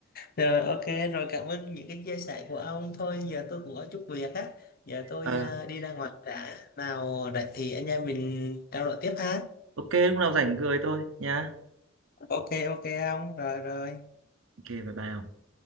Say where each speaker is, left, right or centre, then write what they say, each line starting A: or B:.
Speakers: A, on the left (about 45°); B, on the right (about 70°).
A: rồi ok rồi cảm ơn những cái chia sẻ của ông thôi giờ tôi cũng có chút việc á giờ tôi
B: ờ
A: ờ, đi ra ngoài đã nào rảnh thì anh em mình trao đổi tiếp ha
B: ok lúc nào rảnh cười tôi nhá
A: ok ok ông rồi rồi
B: ok bye bye